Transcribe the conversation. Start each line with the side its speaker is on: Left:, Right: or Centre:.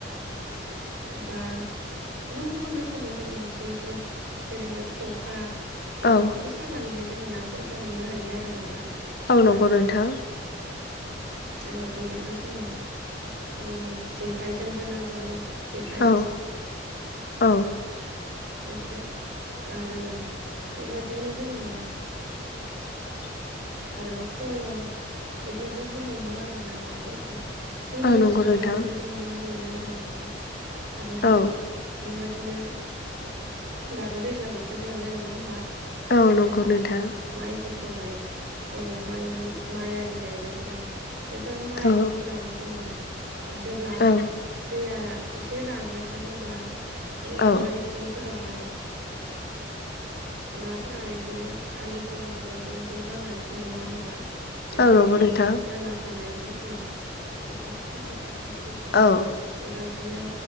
Right: ओ बा गुबुन गुबुन रोखोमै जोङो जे फोर जेरैहाय खखा बेफोरखौबो
Left: औ
Right: सा खानानैहाय जोङो नाफोरखौ हमनो हायो आरो नोंथां
Left: औ नंगौ
Right: आरो
Left: नोंथां
Right: औ बेनिफ्राय जोङो ओम जेखाइजोंबो ना गुरो जेखाइ
Left: औ औ
Right: जेखाय आरो बेबादिनो जोङो
Left: <inaudible>
Right: आरोबाव फल' बेफोरजोंबो हमो आरोना नाफोरखौ जोंनि
Left: औ
Right: ओनसोलावहाय
Left: नंगौ नोंथां
Right: बेबायदि बि हमनाय नुयो आरो नोंथां आरो जोङो
Left: औ
Right: बेबायदिनो दाथ' दैज्लां बोथोर नालाय नङा होमबा
Left: औ नंगौ
Right: जोङो
Left: नोंथां
Right: माइफोरखौ गाय औ माइ माइ आरि गायबाय जोङो बेफोर माइफोराव
Left: औ
Right: जोङो जेब्ला
Left: औ
Right: दैया एसे रानलांगोन अब्ला जोङो
Left: औ
Right: माइ सिंफोरावहाय नाफोरा बिदिनो आलि खनाफोराव ज' ज' जानानै थायो नङा होमबा बेबादि
Left: औ नंगौ नोंथां
Right: जाना थानायाव <unintelligible> बेबादिनो
Left: औ